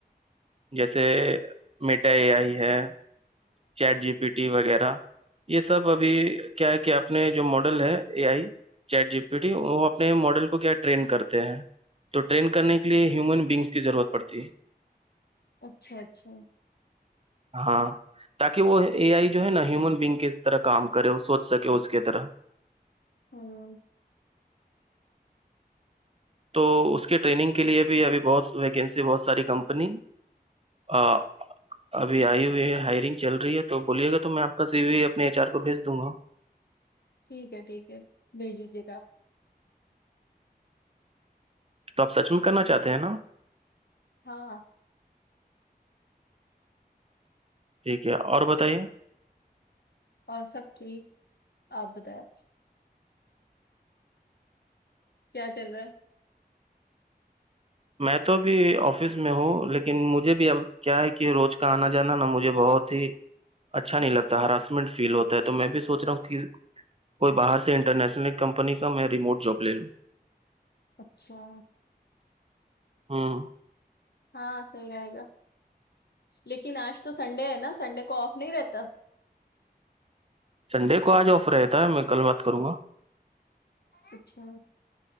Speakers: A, on the right; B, on the left.
A: جیسے میٹا اے آئی ہے چیٹ جی پی ٹی وغیرہ یہ سب ابھی کیا ہے کہ آپ نے جو ماڈل ہے A I chat G P T وہ اپنے ماڈل کو کیا ٹرین کرتے ہیں تو ٹرین کرنے کے لیے ہیومن بگس کی ضرورت پڑتی ہے
B: اچھا اچھا
A: ہاں تاکہ وہ اے آئی جو ہے نا ہیومن بگ کے طرح کام کرے سوچ سکے اس کی طرح
B: ہاں
A: تو اس کے ٹریننگ کے لیے بھی ابھی بہت ویکینسی بہت ساری کمپنی ہاں ابھی آئی ہوئی ہے ہائرنگ چل رہی ہے تو بولیے گا تو میں آپ کا سی اپنے ایچ آر کو بھیج دوں گا
B: ٹھیک ہے ٹھیک ہے بھیج دیجیے گا آپ
A: تو آپ سچ میں کرنا چاہتے ہیں نا
B: ہاں
A: ٹھیک ہے اور بتائیے
B: اور سب ٹھیک آپ بتیا کیا چل رہا ہے
A: میں تو بھی آفس میں ہوں لیکن مجھے بھی اب کیا ہے کہ روز کا آنا جانا نہا مجھے بہت اچھا نہیں لگتا ہراسمنٹ فیل ہوتا ہے تو میں بھی سوچ رہا ہوں کہ کوئی باہر سے انٹرنیشنل ایک کمپنی کا میں ریموٹ جاب لے لوں
B: اچھا
A: ہاں
B: ہاں صحیح رہے گا لیکن آج تو سنڈے ہے نا سنڈے کو آف نہیں رہتا
A: سنڈے کو آج آفر رہتا ہے میں کل بات کروں گا
B: اچھا